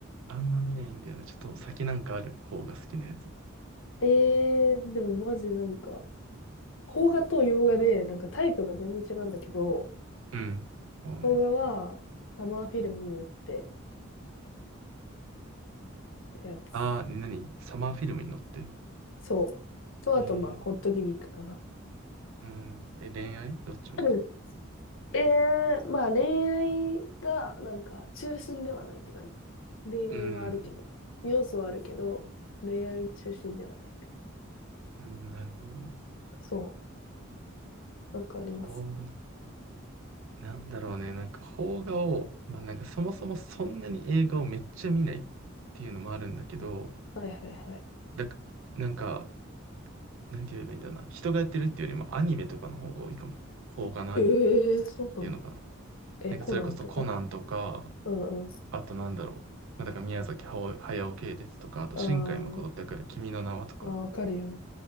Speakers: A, on the right; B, on the left.
A: あんま見ないんだよね。ちょっと先なんかある方が好きなやつ。
B: えー、でもマジでなんか、邦画と洋画で、なんかタイプが全然違うんだけど、
A: うん。もうね。
B: 邦画は、サマーフィルムに乗ってってやつ。
A: ああ、ね、何サマーフィルムに乗って。
B: そう。と、
A: えー、
B: あと、まあ、ホットギミックかな。
A: うん。え、恋愛どっちも。
B: <clears throat> ええまあ恋愛がなんか中心ではないって感じ。恋愛はあるけど、
A: うん。
B: 要素はあるけど、恋愛中心ではないって感
A: うん、なるほどね。
B: じ。そう、なんかあります。
A: 邦画ね。なんだろうね。なんか邦画を、まあなんかそもそもそんなに映画をめっちゃ見ないっていうのもあるんだけど、
B: はいはいはい。
A: だか、なんか、なんて言えばいいんだろうな。人がやってるっていうよりもアニメとかの方が多いかも。邦画のアニメっ
B: ええそうなんだ。
A: ていうのかな。
B: え、
A: なんかそれこそコナンとか、
B: コナンとかうんうん。
A: あとなんだろう。まあ、だから宮崎駿駿系列とか、あと新海誠ってわかる君の名はとか。
B: あーあー、わかるよ。